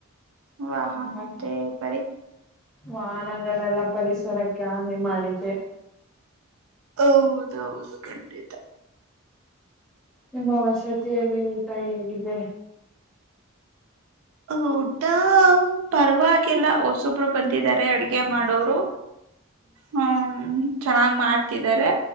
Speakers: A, on the right; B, in the centre.
A: ವಾಹನದ್ದೇ
B: ತುಂಬಾ
A: ಬರಿ.
B: ವಾಹನಗಳೆಲ್ಲ ಪರಿಸರಕ್ಕೆ ಹಾನಿ ಮಾಡಿದೆ.
A: ಹೌದೌದು ಖಂಡಿತ.
B: ನಿಮ್ಮ ವಸತಿಯಲ್ಲಿ ಊಟ ಹೇಗಿದೆ.
A: ಊಟಾ ಪರವಾಗಿಲ್ಲ ಹೊಸಬ್ ಒಬ್ರು ಬಂದಿದಾರೆ ಅಡ್ಗೆ ಮಾಡೋರು. ಹ್ಮ್ ಚೆನ್ನಾಗ್ ಮಾಡ್ತಿದ್ದಾರೆ